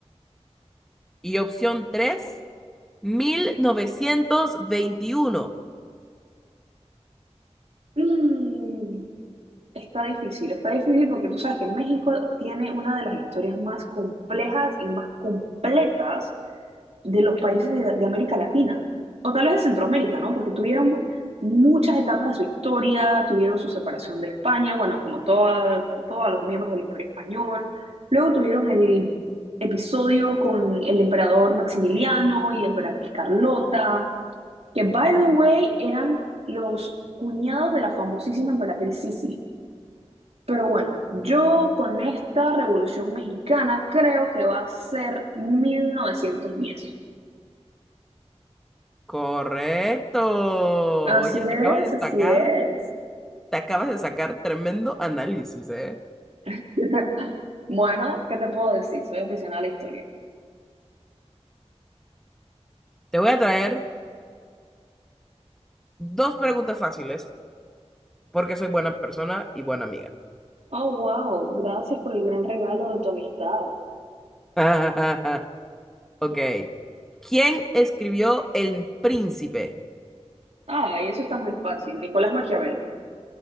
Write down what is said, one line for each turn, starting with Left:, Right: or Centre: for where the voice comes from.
Centre: Y opción tres mil novecientos veintiuno.
Right: Mm, está difícil, está difícil porque tú sabes que México tiene una de las historias más complejas y más completas de los países de, de América Latina, o tal vez de Centroamérica, ¿no? Porque tuvieron muchas etapas de su historia, tuvieron su separación de España, bueno, como toda, todos los miembros del Imperio Español, luego tuvieron el episodio con el emperador Maximiliano y la emperatriz Carlota, que, by the way, eran los cuñados de la famosísima emperatriz Sisi. Pero bueno, yo con esta revolución mexicana creo que va a ser 1910.
Centre: Correcto. Oye,
Right: Así es,
Centre: te acabas de
Right: así
Centre: sacar,
Right: es.
Centre: te acabas de sacar tremendo análisis, ¿eh?
Right: <laughs> Bueno, ¿qué te puedo decir? Soy aficionada a la historia.
Centre: Te voy a traer dos preguntas fáciles porque soy buena persona y buena amiga.
Right: Oh, wow, gracias por el gran regalo de tu amistad.
Centre: <laughs> Ok. ¿Quién escribió El Príncipe?
Right: Ah, y eso está muy fácil. Nicolás Maquiavelo.